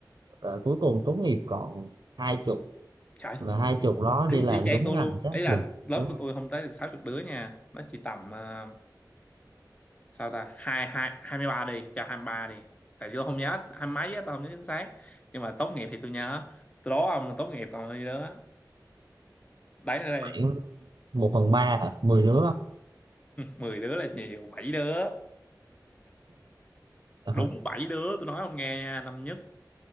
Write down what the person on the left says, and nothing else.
trời
ý,
ý chang
tôi
luôn
ấy là
lớp
của tôi không tới được sáu chục đứa nha nó chỉ tầm ờ, sao ta hai hai hai mươi ba đi cho hai mươi ba đi tại vì tôi không nhớ hai mấy á tôi không nhớ chính xác nhưng mà tốt nghiệp thì tôi nhớ tôi đố ông là tốt nghiệp còn bao nhiêu đứa đấy nữa đi
mười đứa là nhiều bảy đứa
đúng bảy đứa tôi nói ông nghe nha năm nhất